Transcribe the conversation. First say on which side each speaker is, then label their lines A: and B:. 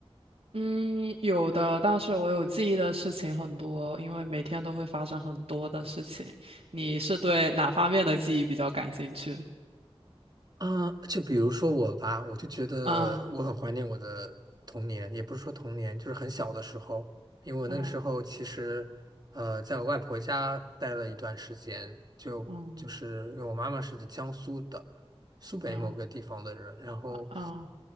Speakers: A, on the right; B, on the right.
A: 嗯，有的，但是我有记忆的事情很多，因为每天都会发生很多的事情。你是对哪方面的记忆比较感兴趣？
B: 啊，就比如说我吧，我就觉得我很怀念我的童年，
A: 嗯
B: 也不是说童年，就是很小的时候，因为我那个时候其实，
A: 嗯
B: 呃，在我外婆家待了一段时间，就就是因为我妈妈是江苏的，
A: 嗯
B: 苏北某个地方的人，
A: 嗯
B: 然后，
A: 嗯